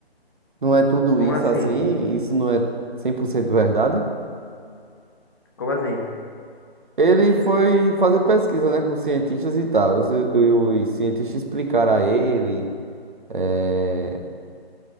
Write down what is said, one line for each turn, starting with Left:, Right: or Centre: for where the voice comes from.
Right: Não é tudo
Left: Como
Right: isso
Left: assim?
Right: assim, isso não é 100% verdade.
Left: Como assim?
Right: Ele foi fazer pesquisa, né, com cientistas e tal. Os, os cientistas explicaram a ele eh,